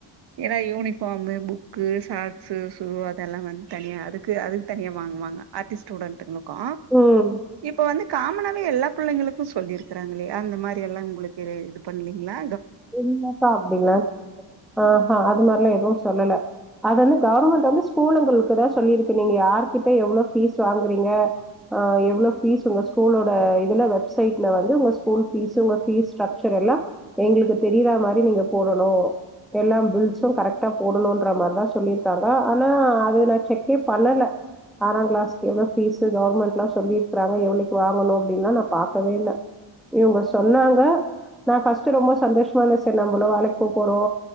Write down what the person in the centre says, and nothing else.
ம்
இல்லக்கா அப்டிலா ஆ ஹா அது மாரிலா எதுவு சொல்லல அதெலா கவர்மெண்ட் வந்து ஸ்கூலுங்களுக்குதா சொல்லிருக்கு நீங்க யார்கிட்ட எவ்ளோ ஃபீஸ் வாங்கறிங்க எவ்ளோ ஃபீஸ் உங்க ஸ்கூலோட இதுல வெப்சைட்ல வந்து உங்க ஸ்கூல் ஃபீஸ் உங்க ஃபீஸ் ஸ்ட்ரக்சர் எல்லா எங்ளுக்கு தெரிறா மாரி நீங்க போடணு எல்லாம் பில்ஸு கரெக்டா போடணுன்ற மார்லா சொல்லிருக்காங்க ஆனா அது நா செக்கே பண்ணல ஆறாங்கிளாஸ்கு எவ்ளோ ஃபீஸு கவர்மெண்ட்லா சொல்லிருக்றாங்க எவ்ளோக்கு வாங்கணு அப்டின்லா நா பாக்கவே இல்ல இவுங்க சொன்னாங்க நா ஃபர்ஸ்ட் ரொம்ப சந்தோஷமா சேர் நம்பளு வேலைக்கு போ போறோ